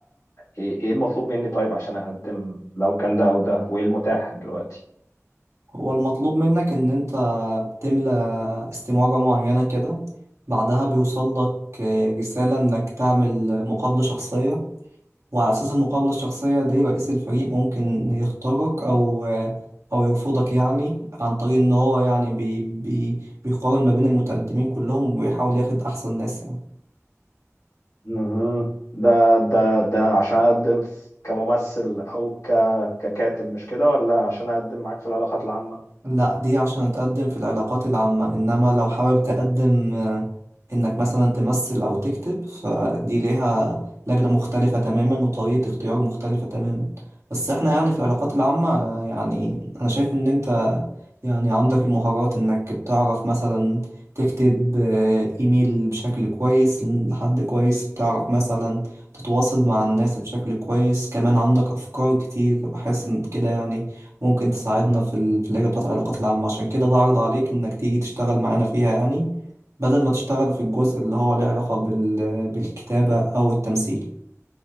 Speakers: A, on the left; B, on the right.
A: ايه إيه المطلوب مني طيب عشان اقدم لو كان ده او ده وايه المتاح دلوقتي
B: هو المطلوب منك ان انت بتملى استمارة معينة كده بعدها بيوصل لك آه، رسالة انك تعمل مقابلة شخصية وعلى اساس المقابلة الشخصية دي رئيس الفريق ممكن يختارك او آه، او يرفضك يعني عن طريق ان هو يعني بي بي بيقارن ما بين المتقدمين كلهم ويحاول ياخد احسن ناس يعني
A: مهم. ده ده ده عشان اقدم كممثل او ك ككاتب مش كده ولا عشان اقدم معاك في العلاقات العامة
B: لا دي عشان تقدم في العلاقات العامة إنما لو حابب تقدم آه، إنك مثلا تمثل أو تكتب فدي ليها لجنة مختلفة تماما وطريقة اختيار مختلفة تماما بس إحنا يعني في العلاقات العامة آه، يعني أنا شايف إن أنت يعني عندك المهارات إنك بتعرف مثلا تكتب آه، إيميل بشكل كويس لحد كويس بتعرف مثلا تتواصل مع الناس بشكل كويس كمان عندك أفكار كتير بحس إن كده يعني ممكن تساعدنا في ال- في اللجنة بتاعة العلاقات العامة عشان كده بعرض عليك إنك تيجي تشتغل معانا فيها يعني بدل ما تشتغل في الجزء اللي هو له علاقة بال... بالكتابة أو التمثيل